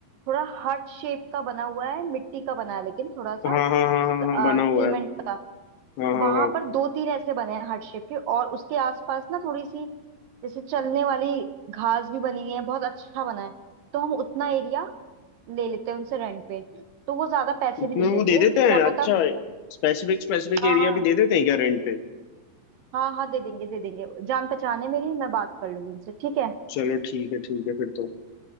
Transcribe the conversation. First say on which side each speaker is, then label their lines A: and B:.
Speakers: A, on the right (about 70°); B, on the left (about 85°).
A: थोड़ा हर्ट शेप का बना हुआ है मिट्टी का बना है लेकिन थोड़ा सा
B: हाँ हाँ हाँ हाँ
A: अ,
B: हाँ बना हुआ
A: सीमेंट
B: है
A: का
B: हाँ हाँ
A: वहां
B: हाँ
A: पर दो तीन ऐसे बने हैं हर्ट शेप के और उसके आसपास ना थोड़ी सी जैसे चलने वाली घास भी बनी है बहुत अच्छा बना है तो हम उतना एरिया ले लेते हैं उनसे रेंट पे तो वो ज्यादा पैसे
B: इतना
A: भी नहीं
B: वो
A: लेंगे
B: दे देते
A: क्या
B: हैं
A: पता
B: अच्छा स्पेसिफिक स्पेसिफिक
A: हाँ
B: एरिया भी दे देते हैं क्या रेंट पे
A: हाँ हाँ दे देंगे दे देंगे जान पहचान है मेरी मैं बात कर लूंगी उनसे ठीक है
B: चलो ठीक है ठीक है फिर तो